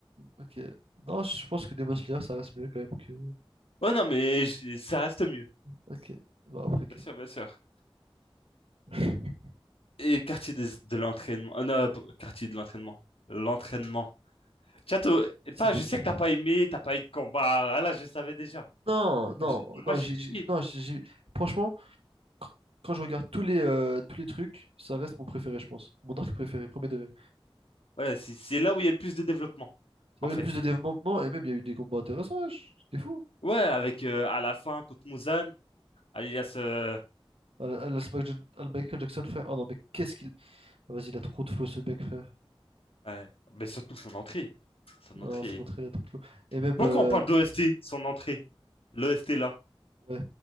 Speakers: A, on the right; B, on the left.
A: Ok. Non, je pense que Demon Slayer, ça reste mieux quand même que.
B: Oh non, mais j- ça reste mieux.
A: Ok. Bah, après, ok.
B: Bien sûr, bien sûr.
A: <laughs>
B: et quartier des- de l'entraînement. euh, non, p- quartier de l'entraînement. L'entraînement. Tiens, t'as-
A: C'est
B: t'as-
A: bide.
B: je sais que t'as pas aimé, t'as pas eu de combat. Ah là, je savais déjà.
A: Non,
B: Moi,
A: non,
B: j'ai
A: non,
B: moi, j'ai
A: j'ai,
B: kiffé.
A: j'ai- non, j'ai, j'ai- franchement. quand quand je regarde tous les, euh, tous les trucs, ça reste mon préféré, je pense. Mon arc préféré, premier degré.
B: Ouais, c'est c'est là où il y a le plus de développement,
A: Il
B: en
A: y avait
B: fait.
A: le plus de développement et même il y a eu des combats intéressants, wesh. T'es fou.
B: Ouais, avec euh, à la fin contre Muzan, alias. euh,
A: Ah, ah, laisse Michael ah, le Michael Jackson, frère. Oh non, mais qu'est-ce qu'il. Ah, vas-y, il a trop de flow, ce mec, frère.
B: ouais. Mais surtout son entrée. Son
A: Non,
B: entrée.
A: ça montrait, il a trop de flow. Et même.
B: Moi,
A: euh,
B: quand on parle d'OST, son entrée. L'OST là.
A: Ouais.